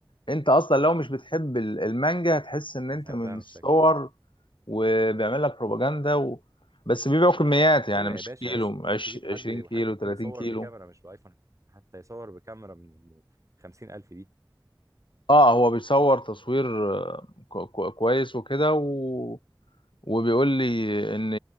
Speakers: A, on the left (about 85°); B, on the right (about 40°).
A: انت اصلا لو مش بتحب ال- المانجا هتحس ان انت
B: هتحبها
A: من
B: من
A: الصور
B: الشكل
A: وبيعمل لك بروباجندا و... بس بيبيعوا كميات يعني
B: ايوه يا
A: مش
B: باشا
A: كيلو
B: لازم
A: عش...
B: تجيب حد
A: 20
B: وحد
A: كيلو
B: يكون
A: 30
B: بيصور
A: كيلو
B: بكاميرا مش بايفون حتى يصور بكاميرا من خمسين الف دي
A: اه هو بيصور تصوير آه، كو- كو- كويس وكده و... وبيقول لي ان